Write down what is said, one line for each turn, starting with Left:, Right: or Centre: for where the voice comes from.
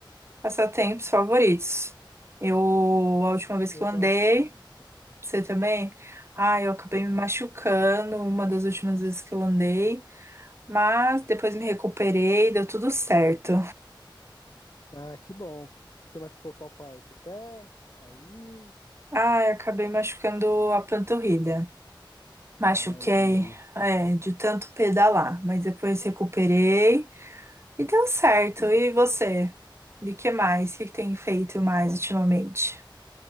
Right: passatempos favoritos. Eu, a última vez
Left: Eu
Right: que eu
Left: gosto
Right: andei
Left: de andar de bicicleta,
Right: você também? Ah, eu acabei me
Left: gosto.
Right: machucando uma das últimas vezes que eu andei, mas depois me recuperei, deu tudo certo.
Left: Ah, que bom. Você machucou qual parte? O pé? Caiu?
Right: Ah, eu acabei machucando a panturrilha. Machuquei,
Left: Ah, entendi.
Right: é, de tanto pedalar, mas depois recuperei e deu certo. E você? E que mais? O que que tem feito mais ultimamente?